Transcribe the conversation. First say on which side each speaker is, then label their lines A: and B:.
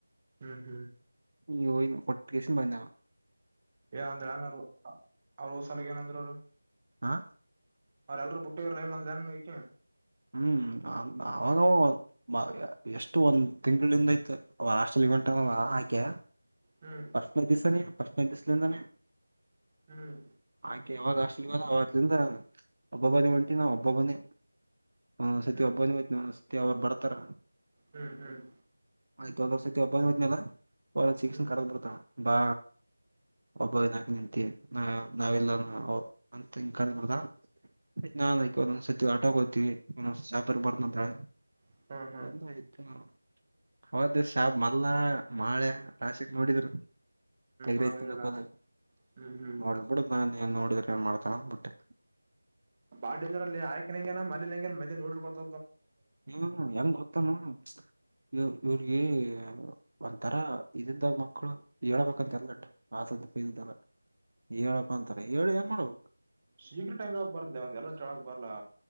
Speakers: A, on the right; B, on the right.
A: ಹ್ಮ್ ಹ್ಮ್
B: ಇಂಗೆ ಹೋಗ ಕೊಟ್ಟ ಕೇಸಿಂದ ಬಂದೆ ನಾನ್
A: ಏನ ಅಂದ್ರೇನ್ ಅವ್ರಅವ್ರ <unintelligible> ಸಲಗ ಏನಂದ್ರ ಅವರು.
B: ಹಾ.
A: ಅವ್ರಲೇಲ್ರು ಬುಟ್ಟು ಹೋಗಿದ್ರು ಏನಾದ್ರೂ ಅಂದ್ರೇನು ಅಂದ್ಲು ಏನ್ ಇಕಿ.
B: ಹ್ಮ್ ಅವಾಗ ಒಂದ್ ಎಷ್ಟು ಒಂದ್ ತಿಂಗಳಿಂದ ಆಯ್ತ್ ಅವ ಹಾಸ್ಟೆಲ್ಗೆ ಹೊಂಟ ಅವ ಆಕ್ಯಾ
A: ಹ್ಮ್
B: ಫಸ್ಟ್ನೆ ದಿವಸನ ಫರ್ಸ್ಟ್ನೆ ದಿವಸಲಿಂದಾನೆ.
A: ಹ್ಮ್.
B: ಅಕಿ ಯಾವಾಗ ಹಾಸ್ಟೆಲ್ ಗೆ ಹೊಂಟಲ ಅವತ್ತಿಂದ ಒಬ್ಬೋನೇ ಹೊಂಟಿನಿ ನಾನ್ ಒಬ್ಬೊನೆ. ಒಂದು ಸತಿ
A: ಹ್ಮ್
B: ಒಬ್ಬನೋಯ್ತು ಒಂದೊಂದು ಸತಿ ಅವ್ರು ಬರ್ತಾರ.
A: ಹ್ಮ್ ಹ್ಮ್ ಹ್ಮ್
B: ಆಯ್ತ ಒಂದು ವರ್ಷಕ್ಕೆಬ್ಬಂಗತ್ನಲ್ಲ. ಒ ಚಿಸ
A: ಹ್ಮ್
B: ಕ ಬ. ಬಾ ಒಬ್ಬ ದಿನಕ ನಿಂತ ನ ನಾವೆಲ್ಲ. ಅಂತ ಇಂಗ ಕನ್ಬಡದ. ನಾನ್ ಒಂದೊಂದ್ ಸತಿ ಆಟೋ್ತೀವಿ ಒಂದೊಂದ ಸಾಫ ಬರ್ದ್ರೆ.
A: ಹ್ಮ್ ಹ್ಮ್
B: ಬಂದ ಆಯ್ತಾ. ಹೌದ ಶ ಮಲ್ಲ ಮಳೆ ರಾಶಕ್ ನೋಡಿದ್ರು. ಎಗ್ರಸ್
A: ಹಾಗಲ್ಲ
B: ತಿಿನದ
A: ಹ್ಮ್ ಹ್ಮ್
B: ನೋಡ್ಬಡ ನೋಡಬೇಕ. ಮಾಡ್ತಳ ಬಿಟ್ಟೆ.
A: ಬಾಡನಲ್ಲಿ ಆಯಕ ನಂಗನ ಮ ನಂಗ ಮೇ ನೋಡ್ ಗೊತ.
B: ಹ್ಮ ಹೆಂಗ್ ಗೊತ್ತಮ್ಮ. ಇ ಇವ್ರಿಗೆ ಒಂಥರ ಇದಂದಾಗ ಮಕ್ಕಳು. ಹೇಳಳ್ಬಂತ ಎಲ್ಲಟ್ಟ ಆಸ್ದ ಪಲ್್ದಲ್ಲ ಹೇಳಪ್ಪ ಅಂತಾರೆ ಹೇಳಿ ಏನ್ ಮಾಡ್ು.
A: ಶೀಘ್ರಟಂಗ ಬರ್ ಒಂದ್ ಎಲ್ಲ ಟಕ್ ಬರ್ಲಾ.